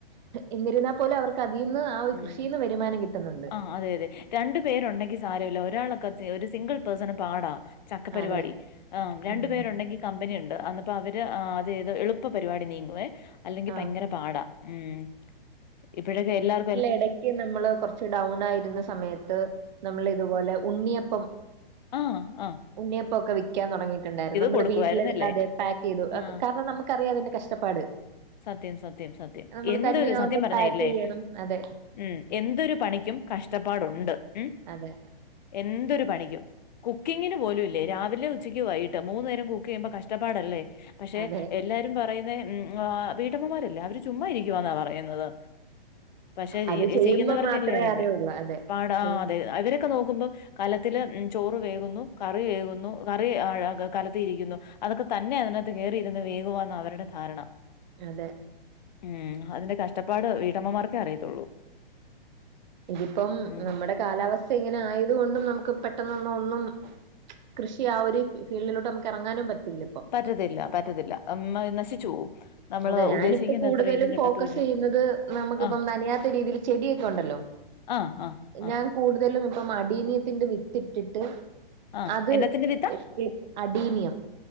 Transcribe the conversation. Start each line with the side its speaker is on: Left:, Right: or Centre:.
Right: എന്നിരുന്ന പോലും അവർക്ക് അതിന്ന് ആ ഒരു
Left: ഉം
Right: കൃഷിന്ന് വരുമാനം കിട്ടുന്നുണ്ട്
Left: ആ. അതെ അതെ രണ്ടു പേരുണ്ടെങ്കി സാരല്ല ഒരാളൊക്കെ ഒരു സിംഗിൾ പേഴ്സൺ പാടാ ചക്ക പരിപാടി
Right: അതെ
Left: ആഹ് രണ്ടു
Right: ഉം
Left: പേരുണ്ടെങ്കിൽ കമ്പനി ഉണ്ട് അന്നപ്പോ അവര് അതത് എളുപ്പ പരിപാടി നീങ്ങുവേ അല്ലെങ്കിൽ
Right: ആ
Left: ഭയങ്കര പാടാ ഉം ഇപ്പോഴൊക്കെ എല്ലാർ
Right: ഇടക്ക് നമ്മള് കൊറച്ച് ഡൗൺ ആയിരുന്ന സമയത്ത് നമ്മൾ ഇതുപോലെ ഉണ്ണിയപ്പം
Left: ആഹ് ആഹ്
Right: ഉണ്ണിയപ്പൊക്കെ വി ക്കാൻ തുടങ്ങിയിട്ടുണ്ടായിരുന്നു നമ്മള്
Left: കൊടുക്കുവായിരുന്നല്ലേ?
Right: വീട്ടില് അതെ പാക്ക് ചെയ്തു
Left: ആ.
Right: കാരണം നമുക്കറിയാം അതിന്റെ കഷ്ടപ്പാട്
Left: സത്യം സത്യം സത്യം
Right: നമ്മള്
Left: എന്തരു
Right: തന്നെയാവുമ്പോ
Left: സത്യം പറഞ്ഞല്ലേ
Right: പാക്ക് ചെയ്യണം. അതെ
Left: ഉം എന്തൊരു പണിക്കും കഷ്ടപ്പാടുണ്ട് ഉം
Right: അതെ
Left: എന്തൊരു പണിക്കും കുക്കിങ്ങിന് പോലുംല്ലേ രാവിലെ ഉച്ചക്ക് വൈകിട്ട് മൂന്ന നേരം കുക്ക് ചെയ്യുമ്പോ കഷ്ടപ്പാടല്ലേ പക്ഷെ
Right: അതെ.
Left: എല്ലാര പറയുന്ന വീട്ടമ്മമാരല്ലേ അവര് ചുമ്മാ ഇരിക്കുവന്നാ പറയുന്നത് പക്ഷെ
Right: അത് ചെയ്യുമ്പോ
Left: ചെയ്യുന്നവർക്കല്ലേ
Right: മാത്രേ
Left: അയ്ന്റെ
Right: അറിയുള്ളൂ. അതെ
Left: പാട
Right: ചെയ്
Left: ആഹ് അതെ അവരൊക്കെ നോക്കുമ്പോ കലത്തിൽ ചോറ് വേകുന്നു കറി വേകുന്നു കറി കലത്തി ഇരിക്കുന്നു അതൊക്കെ തന്നെ അതിനകത്ത് കയറിയിരുന്ന് വേഗുന്ന് അവരുടെ ധാരണ
Right: അതെ
Left: ഉം അതിന്റെ കഷ്ടപ്പാട് വീട്ടമ്മമാർക്കേ അറിയത്തുള്ളൂ
Right: ഇതിപ്പം
Left: ഉം
Right: നമ്മടെ കാലാവസ്ഥ ഇങ്ങനെ ആയത കൊണ്ടും നമുക്ക് പെട്ടെന്ന് ഒന്നും കൃഷി ആ ഒരു ഫീൽഡിലോട്ട് നമുക്ക് ഇറങ്ങാനും പറ്റില്ല ഇപ്പൊ.
Left: പറ്റത്തില്ല പറ്റത്തില്ല അമ്മാ നശിച്ചു പോവും നമ്മള്
Right: അതെ ഞാനിപ്പോ
Left: ഉദ്ദേശിക്കുന്ന
Right: കൂടുതലും
Left: അത്ര ഇത് കിട്ടത്തുല്ല.
Right: ഫോക്കസ് ചെയ്യുന്നത് നമുക്കിപ്പം
Left: ആഹ്
Right: നനയാത്ത രീതിയിൽ ചെടിയൊക്കെ ഉണ്ടല്ലോ
Left: ആഹ് ആഹ് ആഹ്
Right: ഞാൻ കൂടുതലും ഇപ്പം മടീന്യത്തിന്റെ വിത്തിട്ടിട്ട്
Left: ആഹ്
Right: അത്
Left: എന്നത്തിന്റെ വിത്താ
Right: എസ് പി അഡീനിയം